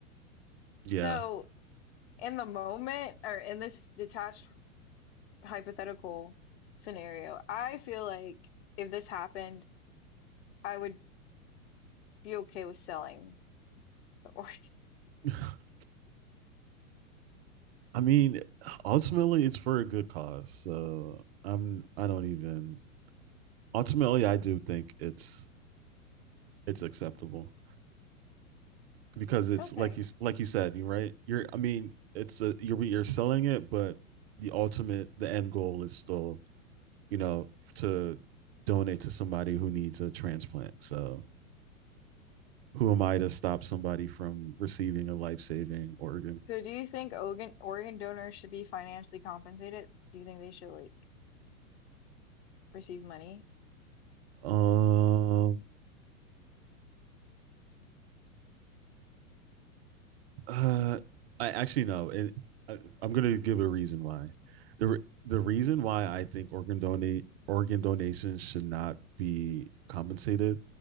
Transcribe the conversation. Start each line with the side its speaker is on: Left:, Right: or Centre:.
Right: yeah,
Left: So in the moment or in this detached hypothetical scenario, I feel like if this happened, I would be okay with selling the organ. <laughs>
Right: <laughs> I mean, ultimately, it's for a good cause. So I'm I don't even ultimately I do think it's it's acceptable. because it's
Left: Okay.
Right: like you like you said, you right. You're I mean, it's a you're you're selling it, but the ultimate the end goal is still you know to donate to somebody who needs a transplant. So who am I to stop somebody from receiving a life saving organ?
Left: So do you think organ organ donors should be financially compensated? Do you think they should like receive money?
Right: Um, Uh, I actually no. It, I, I'm gonna give a reason why. the The reason why I think organ donate organ donations should not be compensated